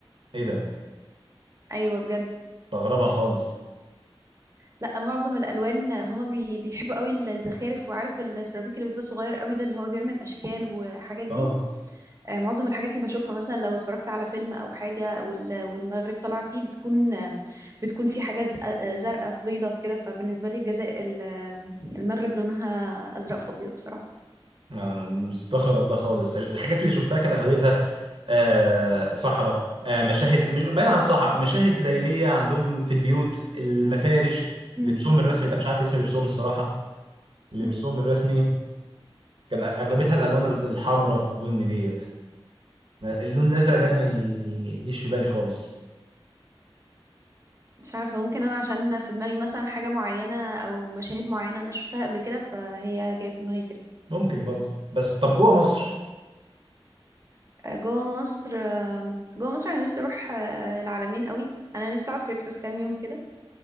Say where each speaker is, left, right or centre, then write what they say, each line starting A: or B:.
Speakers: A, on the right; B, on the right.
A: ايه ده
B: ايوه بجد
A: مستغربها خالص
B: لا معظم الالوان هما بي بيحبوا قوي الزخارف وعارف السيراميك اللي بيبقى صغير قوي ده اللي هو بيعمل اشكال وحاجات دي
A: اه
B: آه، معظم الحاجات اللي بشوفها مثلا لو اتفرجت على فيلم او حاجه وال- والمغرب طالعه فيه بتكون آم، بتكون في حاجات ز- آه، زرقاء في بيضه في كده فبالنسبه لي الجزاء ال- آم، المغرب لونها ازرق في ابيض بصراحه
A: أنا مستغرب ده خالص ال- الحاجات اللي شفتها كان اغلبيتها آه صحراء آه مشاهد مش بعيد عن الصحراء مشاهد ليليه عندهم في البيوت المفارش
B: مم.
A: لبسهم الرسمي ده مش عارف اسم لبسهم الصراحه لبسهم
B: مم.
A: الرسمي كان اغلبيتها الالوان الحمراء في بني ديت اللون
B: مش
A: الازرق
B: عارف
A: ده ما يجيش في بالي خالص
B: مش عارفه ممكن انا عشان في دماغي مثلا حاجه معينه او مشاهد معينه انا شفتها قبل كده فهي جايه في دماغي كده
A: ممكن برضه بس طب جوه مصر
B: آه، جوه مصر آم، جوه مصر انا نفسي اروح آه، العلمين قوي انا نفسي اقعد في ريكسوس كام يوم كده